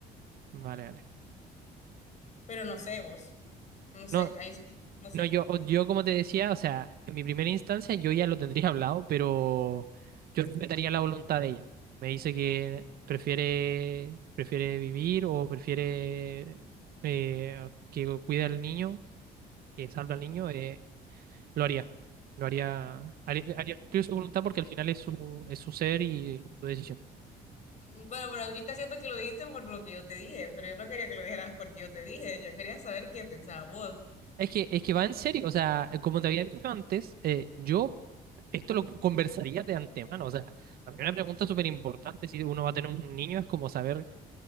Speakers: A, on the right; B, on the left.
A: vale, vale.
B: pero no sé vos, no sé,
A: No.
B: ahí sí, no sé.
A: No, yo, o- yo como te decía, o sea, en mi primera instancia yo ya lo tendría hablado, pero yo respetaría la voluntad de ella. Me dice que prefiere, prefiere vivir o prefiere eh, que cuida al niño, que salva al niño, eh, lo haría. Lo haría, haría, haría cumplir su voluntad porque al final es su, es su ser y su decisión.
B: Bueno, pero ahorita siento que lo dijiste por lo que yo te dije, pero yo no quería que lo dijeras porque yo te dije, yo quería saber qué pensabas vos.
A: Es que, es que va en serio, o sea, como te había dicho antes, eh, yo esto lo conversaría de antemano, o sea, la primera pregunta súper importante si uno va a tener un niño es como saber